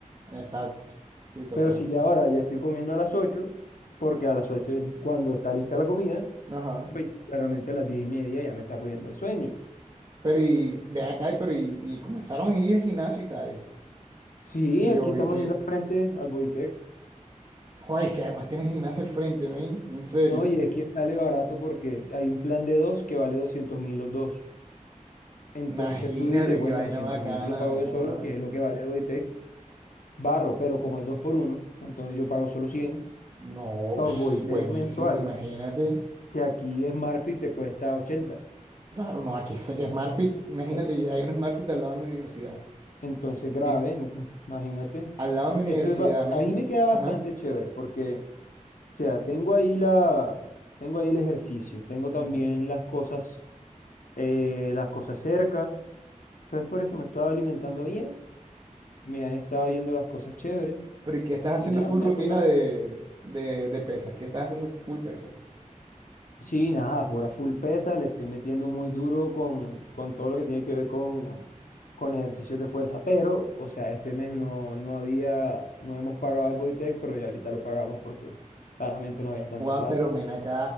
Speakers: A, on the right; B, on the left.
A: exacto. Sí, total.
B: Pero si ya ahora ya estoy comiendo a las 8, porque a las 8 es cuando está lista la comida,
A: Ajá.
B: pues ya claramente a las 10 y media ya me está cogiendo el sueño.
A: Pero y ven acá, pero y, y comenzaron a ir al gimnasio y tales.
B: Sí,
A: Que
B: aquí
A: yo
B: estamos
A: vi que,
B: yendo al frente al Boitec,
A: joder, es que además tienes gimnasio al frente, men, en serio.
B: ¿no? Y es que sale barato porque hay un plan de dos que vale doscientos mil los dos. Entonces
A: Imagínate
B: tú dices, bueno,
A: qué vaina
B: doscientos
A: bacana,
B: mil si lo pago
A: no joda.
B: yo solo, que es lo que vale Bodytech barro, pero como es 2 por uno entonces yo pago solo 100
A: No,
B: por
A: ps,
B: Bodytech
A: buenísimo,
B: mensual,
A: imagínate.
B: que aquí Smartfit te cuesta ochenta
A: Claro, no, aquí es SmartFit, imagínate
B: Por eso.
A: que hay un SmartFit al lado de mi universidad.
B: Entonces grave,
A: Y
B: mm, imagínate.
A: al lado de mi universidad,
B: Eso es, ba-
A: men.
B: ahí me queda bastante
A: Ajá.
B: chévere porque, o sea, tengo ahí la, tengo ahí el ejercicio, tengo también
A: Ajá.
B: las cosas, eh, las cosas cerca. Entonces por eso me estaba alimentando bien, me han estado viendo las cosas chéveres
A: Pero ¿y qué estás haciendo
B: y nada,
A: full
B: me
A: rutina
B: ha tocado.
A: de, de, de pesas? ¿Qué estás haciendo full pesas?
B: Sí, nada, por a full pesa, le estoy metiendo muy duro con, con todo lo que tiene que ver con, con ejercicios de fuerza, pero, o sea, este mes no, no había, no hemos pagado al Bodytech, pero ya ahorita lo pagamos porque claramente no había tanta
A: Guau,
B: plata.
A: pero ven acá,